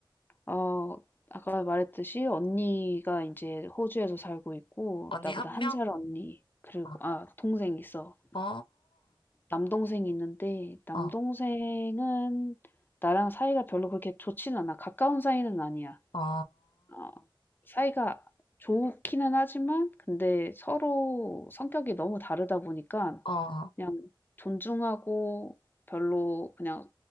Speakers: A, on the left (about 20°); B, on the left (about 70°).
A: 어, 아까 말했듯이 언니가 이제 호주에서 살고 있고,
B: 언니
A: 나보다
B: 한
A: 한
B: 명?
A: 살 언니, 그리고,
B: 어,
A: 아, 동생 있어.
B: 어,
A: 남동생이 있는데 남동생은
B: 어,
A: 나랑 사이가 별로 그렇게 좋진 않아. 가까운 사이는 아니야.
B: 어, 어.
A: 어, 사이가 좋기는 하지만 근데 서로 성격이 너무 다르다 보니까
B: 어.
A: 그냥 존중하고 별로 그냥